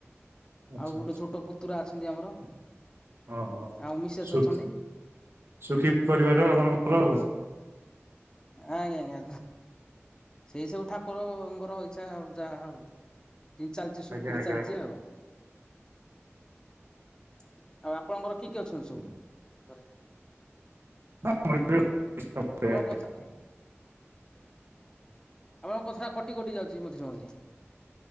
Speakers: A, on the right; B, on the left.
A: ଆଚ୍ଛା
B: ଆଉ ଗୋଟେ
A: ଆଚ୍ଛା
B: ଛୋଟ ପୁତୁରା ଅଛନ୍ତି ଆମର
A: ଓହୋ
B: ଆଉ ମିସେସ୍
A: ସୁ
B: ଅଛନ୍ତି।
A: ସୁଖୀ ପରିବାର ଆପଣଙ୍କର।
B: ଆଜ୍ଞା ଆଜ୍ଞା ସେଇ ସବୁ ଠାକୁର ଙ୍କର ଇଛା ଯାହା ହବ ଯିମତି ଚାଲିଚି ସୁରୁଖୁରୁ
A: ଆଜ୍ଞା ଆଜ୍ଞା।
B: ରେ ଚାଲଚି ଆଉ। ଆଉ ଆପଣଙ୍କର କି କିଏ ଅଛନ୍ତି ସବୁ? ଘରେ
A: <unintelligible>
B: ଆପଣ କଥା ଆପଣଙ୍କ କଥା ଟା କଟି କଟି ଯାଉଛି ମଝିରେ ମଝିରେ